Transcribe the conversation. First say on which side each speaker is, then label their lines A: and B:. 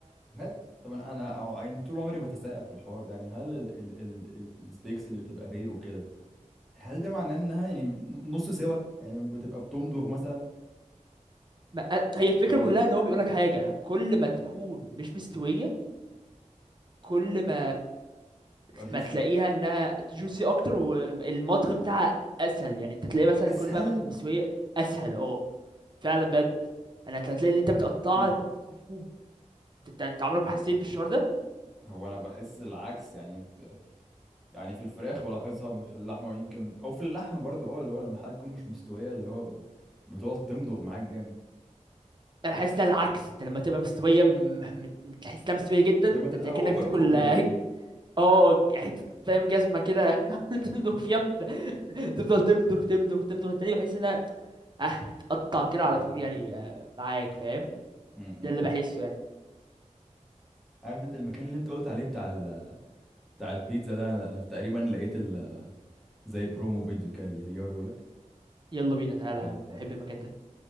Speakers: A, in the centre; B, on the right.
A: هل طبعا انا أو يعني طول عمري بتساءل في الحوار ده يعني هل ال ال ال ال الستيكس اللي بتبقى رير وكده هل ده معناه انها يعني نص سوا يعني بتبقى بتمضغ مثلا
B: ما- هي الفكره
A: ولا
B: كلها ان هو بيقول لك حاجه كل ما تكون مش مستويه كل ما
A: بتبقى جوسي
B: ما تلاقيها
A: اكتر
B: انها جوسي اكتر والمضغ بتاعها اسهل يعني انت تلاقيه مثلا
A: اسهل
B: كل بقى ما تكون مستويه اسهل اه فعلا بجد انا انت هتلاقي اللي انت بتقطعها
A: ايه ده
B: دبوب انت انت عمرك ما حسيت بالشعور ده
A: هو انا بحس العكس يعني في يعني في الفراخ بلاحظها في اللحمه ويمكن او في اللحمه برضو اه اللي هو لما الحاجه تكون مش مستويه اللي هو ب- ب- بتقعد تمضغ معاك جامد
B: انا حاسس ده العكس انت لما تبقى مستويه م- مت- تحس انها مستويه جدا
A: لما تبقى
B: انت
A: اوفر
B: كأنك بتاكل
A: كوكد
B: اه
A: يعني
B: ج- آه، حته فاهم جزمه كده <laughs> عمال تمضغ فيها بت- تفضل تمضغ
A: <laughs>
B: تمضغ تمضغ التاني بحس انها اه بتقطع كده
A: آه.
B: على طول يعني آه، معاك فاهم
A: امم
B: ده اللي بحسه يعني
A: عارف انت المكان اللي انت قلت عليه بتاع ال... بتاع البيتزا ده لا انا تقريبا لقيت ال... زي برومو فيديو كده اللي تيجي اوريهولك
B: يلا بينا تعالى
A: آه،
B: يا
A: يلا
B: عم
A: تعالى
B: بحب المكان ده